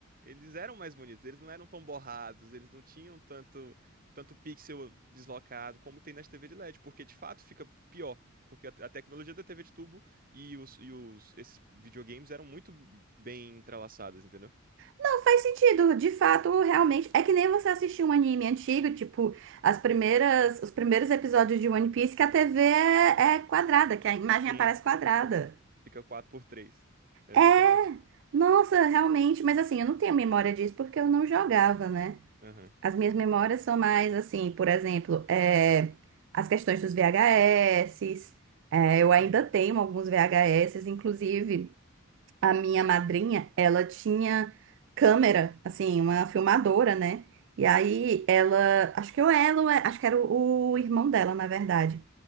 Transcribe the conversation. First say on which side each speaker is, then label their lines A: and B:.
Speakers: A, on the right; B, on the right.
A: Eles eram mais bonitos, eles não eram tão borrados, eles não tinham tanto, tanto pixel deslocado como tem nas TV de LED, porque de fato fica pior. Porque a, a tecnologia da TV de tubo e, os, e os, esses videogames eram muito bem entrelaçadas, entendeu?
B: Não, faz sentido. De fato, realmente. É que nem você assistir um anime antigo, tipo, as primeiras, os primeiros episódios de One Piece, que a TV é, é quadrada, que a imagem
A: Sim,
B: aparece quadrada.
A: fica quatro por três Exatamente.
B: É, nossa, realmente, mas assim, eu não tenho memória disso porque eu não jogava, né?
A: Aham.
B: As minhas memórias são mais assim, por exemplo, é, as questões dos VHS, é, eu ainda
A: Uhum.
B: tenho alguns VHS, inclusive a minha madrinha, ela tinha câmera, assim, uma filmadora, né? E aí ela, acho que eu, ela, acho que era o o irmão dela, na verdade.